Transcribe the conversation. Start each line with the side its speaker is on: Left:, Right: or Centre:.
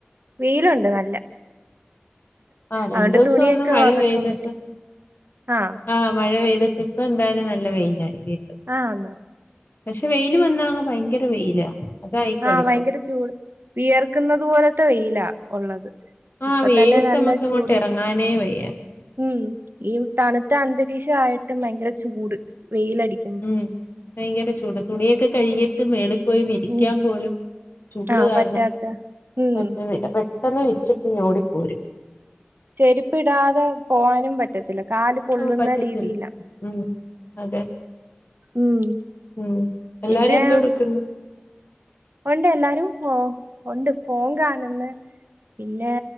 Right: വെയിലുണ്ട് നല്ല.
Left: ആഹ്
Right: അതോണ്ട്
Left: രണ്ടു ദിവസം
Right: തുണിയൊക്കെ-
Left: ഒന്ന് മഴ
Right: ഓർക്കാൻ
Left: പെയ്തിട്ട്
Right: പറ്റും ആഹ.
Left: ആഹ് മഴ പെയ്തിട്ട് ഇപ്പ- എന്തായാലും നല്ല വെയിലായി.
Right: ആഹ്
Left: പക്ഷെ വെയില് വന്നാ ഭയങ്കര വെയിലാ. അതായി കുഴപ്പം
Right: ആഹ ഭയങ്കര ചൂട് വിയർക്കുന്നത്- പോലത്തെ വെയിലാ ഉള്ളത്.
Left: ആഹ്
Right: ഇപ്പോ
Left: വെയിലത്ത്
Right: തന്നെ നല്ല
Left: നമുക്ക് അങ്ങോട്ട്
Right: ചൂട്
Left: ഇറങ്ങാനേ വയ്യ
Right: ഉം. ഈ തണുത്ത അന്തരീക്ഷയിട്ട്- ഭയങ്കര ചൂട് വെയിലടിക്കും.
Left: ഉം ഭയങ്കര ചൂട തുണിയൊക്കെ കഴുകിട്ട് മേലാ - പോയി വിരിക്കാൻ
Right: ഉം
Left: പോലും ചൂട്
Right: ആഹ്
Left: കാരണം.
Right: പറ്റാത്ത ഉം
Left: പറ്റുന്നില്ല പെട്ടെന്ന് വിരിച്ചിട്ട്- ഓടിപ്പോരും.
Right: ചെരുപ്പ ഇടാതെ പോവാനും പറ്റില്ല. പറ്റത്തില്ല, കാല് പൊള്ളുന്ന
Left: ഓ പറ്റത്തില്ല
Right: രീതില്ല.
Left: ഉം അതെ
Right: ഉം
Left: ഉം എല്ലാരും
Right: പിന്നെ.
Left: എന്തോ എടുക്കുന്നു
Right: ഉണ്ട് എല്ലാരും ഉണ്ട്. ഫോൺ കാണുന്ന. പിന്നെ